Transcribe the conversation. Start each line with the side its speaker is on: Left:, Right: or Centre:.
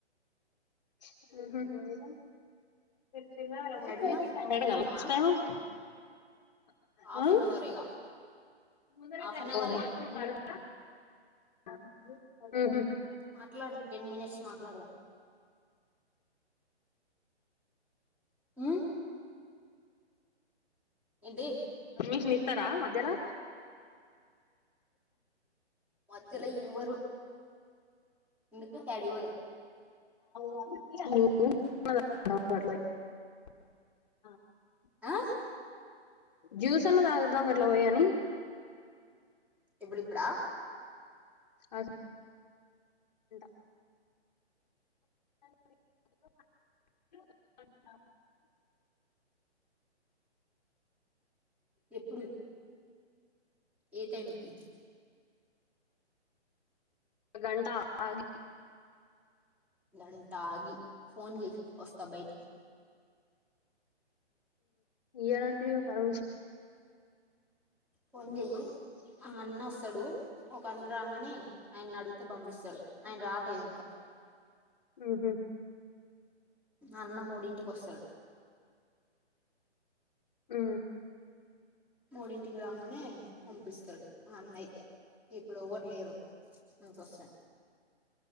Left: ఆ హలోస్త
Centre: యాడున్నావ్ ఇన్నే ఉన్నావా
Left: <unintelligible>
Centre: హాఫ్ అన్ అవర్గా
Left: ఆ
Centre: హాఫ్ అన్ అవరే
Left: అ
Centre: మాట్లాడు టెన్ మినిట్స్ మాట్లాడదాం ఆ ఏంది
Left: పర్మిషన్ ఇస్తారా మధ్యలో
Centre: మధ్యలో ఇవ్వరు మీ త మీడిపోద
Left: <unintelligible>
Centre: ఆ
Left: జ్యూస్ అన్నా తాగుద్దాం అట్లా పోయని
Centre: ఎప్పుడిప్పుడా
Left: అదింట <unintelligible>
Centre: ఎప్పుడు ఏ టైంకిి
Left: గంట ఆగి
Centre: గంటగి ఆగి ఫోన్ చెయ్ వస్త బైటికీ
Left: ఇయ్యారంటివి పర్మిషన్
Centre: పోన్ చెయ్యి ఆ అన్న వస్తాడు ఒక అన్న రాగానే ఆయన్ని అడిగితే పంపిస్తాడు ఆయన రాలేదు ఇంకా
Left: ఆహా
Centre: అన్న మూడింటికోస్తాడు
Left: ఆ
Centre: మూడింటికి రాగానే పంపిస్తాడు అన్న అయితే ఇప్పుడు ఓవరు లేరు నాకొస్తే